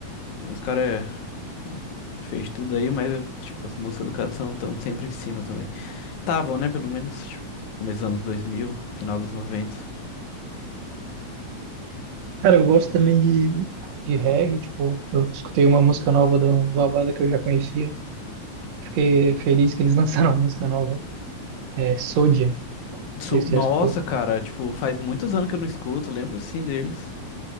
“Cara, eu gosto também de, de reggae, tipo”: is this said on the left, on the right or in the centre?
Right